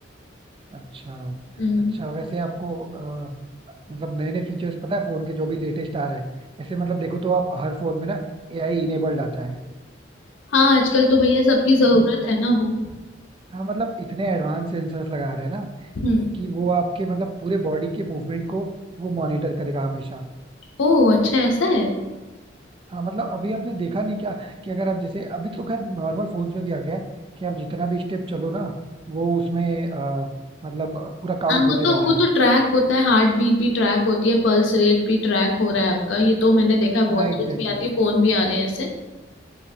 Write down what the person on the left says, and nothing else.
हम्म
हाँ आजकल तो भैया सबकी जरूरत
है
ना वो
हम्म
ओह अच्छा ऐसा है
हाँ
वो तो
वो
तो ट्रैक होता है हार्ट बीट भी ट्रैक होती है पल्स रेट भी ट्रैक हो रहा है आपका ये तो मैंने देखा है वॉचेस
भी आती है फोन भी आ रहे हैं ऐसे